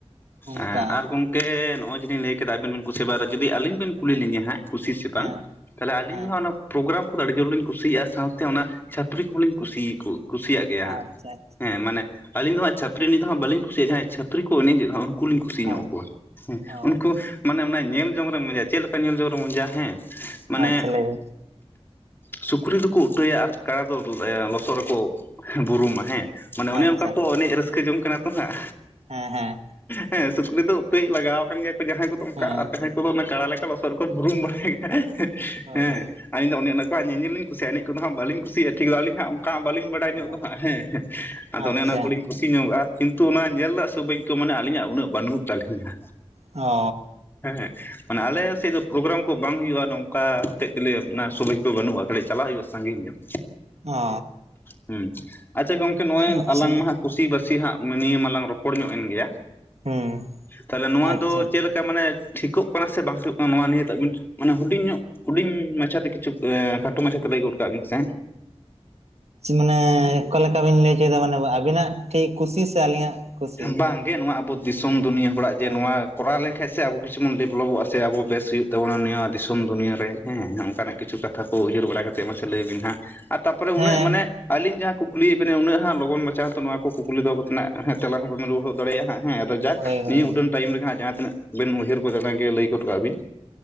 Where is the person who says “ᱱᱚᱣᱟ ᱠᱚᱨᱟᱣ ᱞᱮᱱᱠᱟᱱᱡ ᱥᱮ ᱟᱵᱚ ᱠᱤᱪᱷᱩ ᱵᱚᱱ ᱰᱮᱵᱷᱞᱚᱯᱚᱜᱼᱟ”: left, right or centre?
Left